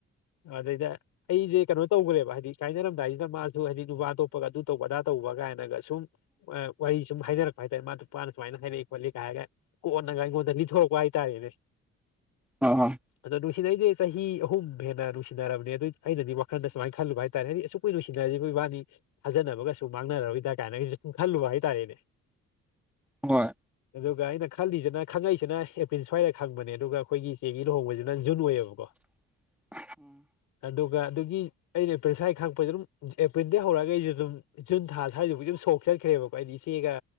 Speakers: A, on the left; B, in the centre.
A: ꯑꯗꯩꯗ ꯑꯩꯁꯦ ꯀꯩꯅꯣ ꯇꯧꯈ꯭ꯔꯦꯕ ꯍꯥꯏꯗꯤ ꯀꯥꯏꯅꯔꯝꯗꯥꯏ ꯃꯥꯁꯨ ꯍꯥꯏꯗꯤ ꯅꯨꯄꯥ ꯇꯣꯞꯄꯒ ꯑꯗꯨ ꯇꯧꯕ ꯑꯗꯥ ꯇꯧꯕ ꯒꯥꯏꯅꯒ ꯁꯨꯝ ꯋꯥꯔꯤ ꯁꯨꯝ ꯍꯥꯏꯅꯔꯛꯄ ꯍꯥꯏꯇꯥꯔꯦ ꯃꯥ ꯅꯨꯄꯥꯅ ꯁꯨꯃꯥꯏꯅ ꯍꯥꯏꯔꯛꯏ ꯈꯣꯠꯂꯤ ꯀ ꯍꯥꯏꯔꯒ ꯀꯣꯟꯅꯒ ꯑꯩꯉꯣꯟꯗ ꯂꯤꯊꯣꯔꯛꯄ ꯍꯥꯏꯇꯥꯔꯦꯅꯦ
B: ꯑ ꯑ
A: ꯑꯗꯣ ꯅꯨꯡꯁꯤꯅꯩꯁꯦ ꯆꯍꯤ ꯑꯍꯨꯝ ꯍꯦꯟꯅ ꯅꯨꯡꯁꯤꯅꯔꯕꯅꯦ ꯑꯗꯨ ꯑꯩꯅꯗꯤ ꯋꯥꯈꯜꯗ ꯁꯨꯃꯥꯏꯅ ꯈꯜꯂꯨꯕ ꯍꯥꯏꯇꯥꯔꯦ ꯍꯥꯏꯗꯤ ꯑꯩꯈꯣꯏ ꯂꯣꯏꯁꯤꯟꯅꯔꯁꯤ <unintelligible> ꯑꯩꯈꯣꯏꯕꯥꯅꯤ ꯊꯥꯖꯅꯕꯒꯁꯨ ꯃꯥꯡꯅꯔꯣꯏꯗ ꯀ ꯒꯥꯏꯅ ꯁꯨꯝ ꯈꯜꯂꯨꯕ ꯍꯥꯏꯇꯥꯔꯦꯅꯦ
B: ꯍꯣꯏ
A: ꯑꯗꯨꯒ ꯑꯩꯅ ꯈꯜꯂꯤꯁꯤꯅ ꯈꯪꯉꯛꯏꯁꯤꯅ ꯑꯦꯄ꯭ꯔꯤꯜ ꯁ꯭ꯋꯥꯏꯗ ꯈꯪꯕꯅꯦ ꯑꯗꯨꯒ ꯑꯩꯈꯣꯏꯒꯤ ꯆꯦꯒꯤ ꯂꯨꯍꯣꯡꯕꯁꯤꯅ ꯖꯨꯟ ꯑꯣꯏꯌꯦꯕꯀꯣ
B: <inaudible>
A: ꯑꯗꯨꯒ ꯑꯗꯨꯒꯤ ꯑꯩꯅ ꯄꯁꯥꯏ <unintelligible> ꯈꯪ ꯑꯄ <unintelligible> ꯑꯗꯨꯝ ꯑꯦꯄ꯭ꯔꯤꯜꯗꯩ ꯍꯧꯔꯛꯑꯒ ꯑꯩꯖꯨ ꯑꯗꯨꯝ ꯖꯨꯟ ꯊꯥ ꯁ꯭ꯋꯥꯏꯁꯤꯕꯨ ꯑꯗꯨꯝ ꯁꯣꯛ ꯆꯠꯈ꯭ꯔꯦꯕꯀꯣ ꯍꯥꯏꯗꯤ ꯏꯆꯦꯒ